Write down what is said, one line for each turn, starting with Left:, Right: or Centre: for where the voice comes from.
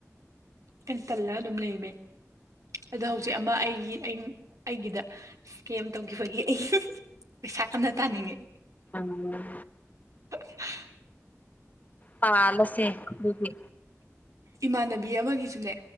Right: ꯑꯩ ꯇꯜꯂꯒ ꯑꯗꯨꯝ ꯂꯩꯕꯩ ꯑꯗꯣ ꯍꯧꯖꯤꯛ ꯑꯃ ꯑꯩꯒꯤ-ꯑꯩ-ꯑꯩꯒꯤꯗ ꯁꯀꯦꯝ ꯇꯧꯈꯤꯕꯒꯤ ꯑꯩ ꯄꯩꯁꯥ ꯀꯥꯟꯅ ꯇꯥꯅꯤꯡꯉ
Left: ꯎꯝ
Right: <unintelligible>
Left: ꯄꯥꯜꯂꯁꯦ ꯑꯗꯨꯗꯤ
Right: ꯏꯃꯥꯟꯅꯕꯤ ꯑꯃꯒꯤꯁꯨꯅꯦ